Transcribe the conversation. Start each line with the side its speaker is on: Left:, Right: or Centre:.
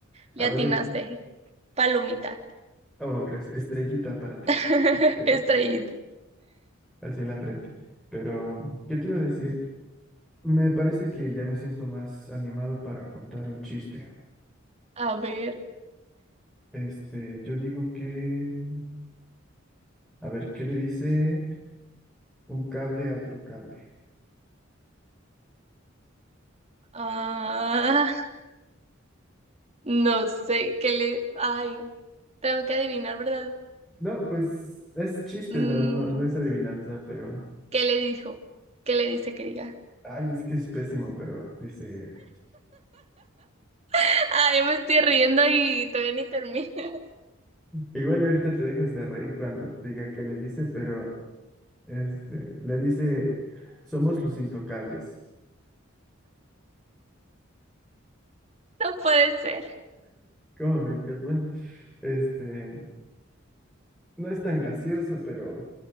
Right: le
Centre: A
Right: atinaste.
Centre: ver,
Right: Palomita,
Centre: oh, gracias. Estrellita para ti.
Right: <laughs>
Centre: Este,
Right: estrellita.
Centre: así en la frente. Pero, ¿qué te iba a decir? Me parece que ya me siento más animado para contar un chiste.
Right: A ver,
Centre: Este, yo digo que, mm, a ver, ¿qué le dice un cable a otro cable?
Right: ah, no sé, ¿qué le... Ay. Tengo que adivinar, ¿verdad?
Centre: No, pues es chiste,
Right: Mm,
Centre: no, no, no es adivinanza, pero.
Right: ¿qué le dijo? ¿Qué le dice que diga?
Centre: Ay, es que es pésimo, pero dice,
Right: <laughs> Ay, me estoy riendo y todavía ni termino. <laughs>
Centre: igual y ahorita te dejas de reír cuando diga qué le dice, pero este, le dice, somos los intocables.
Right: No puede ser.
Centre: ¿Cómo ven? Pues bueno, este, no es tan gracioso, pero,